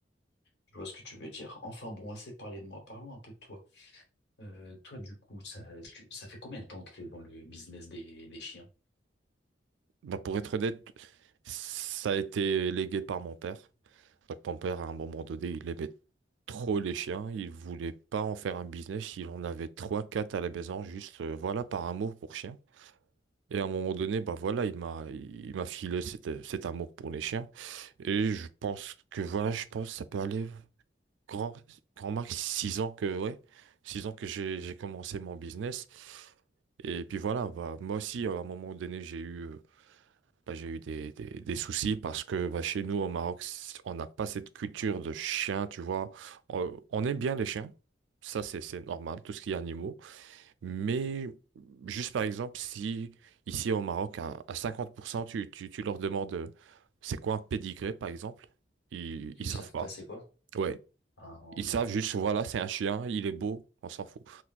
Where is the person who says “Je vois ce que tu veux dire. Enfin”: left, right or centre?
Left